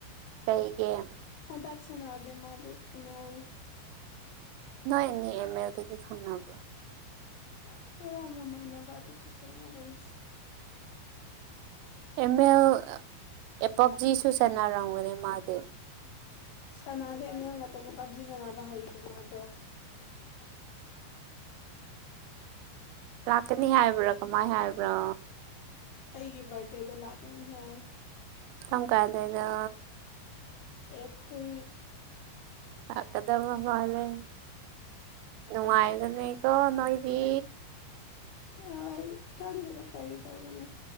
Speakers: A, on the right (about 85°); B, on the left (about 65°).
A: ꯀꯩ ꯒꯦꯝ
B: ꯍꯟꯗꯛ ꯁꯅꯥꯗꯦ ꯃꯥꯗꯤ ꯑꯦꯃ ꯑꯦꯜ ꯅꯤ
A: ꯅꯣꯏ ꯑꯅꯤ ꯑꯦꯝ ꯑꯦꯜꯗꯒꯤ ꯈꯪꯅꯕ꯭ꯔꯣ
B: ꯅꯠꯇꯦꯗ ꯃꯃꯥꯟꯅꯕꯗꯒꯤ ꯈꯪꯅꯕꯅꯤ
A: ꯑꯦꯝ ꯑꯦꯜ ꯑꯥ ꯄꯞꯖꯤꯁꯨ ꯁꯥꯟꯅꯔꯝꯒꯅꯤ ꯃꯥꯗꯤ
B: ꯁꯅꯥꯗꯦ ꯑꯦꯝ ꯑꯦꯜ ꯉꯥꯛꯇꯅꯦ ꯄꯞꯖꯤ ꯁꯅꯕ ꯍꯩꯇꯦ ꯃꯥꯗꯣ
A: ꯂꯥꯛꯀꯅꯤ ꯍꯥꯏꯕ꯭ꯔꯥ ꯀꯃꯥꯏ ꯍꯥꯏꯕ꯭ꯔꯣ
B: ꯑꯩꯒꯤ ꯕꯥꯔꯗꯦꯗ ꯂꯥꯛꯀꯅꯤ ꯍꯥꯏ
A: ꯀꯝ ꯀꯥꯟꯗꯅꯣ
B: ꯗꯦꯠ ꯊ꯭ꯔꯤ
A: ꯂꯥꯛꯀꯗꯕ ꯃꯥꯜꯂꯦ ꯅꯨꯡꯉꯥꯏꯒꯅꯤꯀꯣ ꯅꯣꯏꯗꯤ
B: ꯍꯣꯢ ꯈꯪꯗꯦꯅ ꯀꯔꯤ ꯇꯧꯗꯣꯢꯅꯣ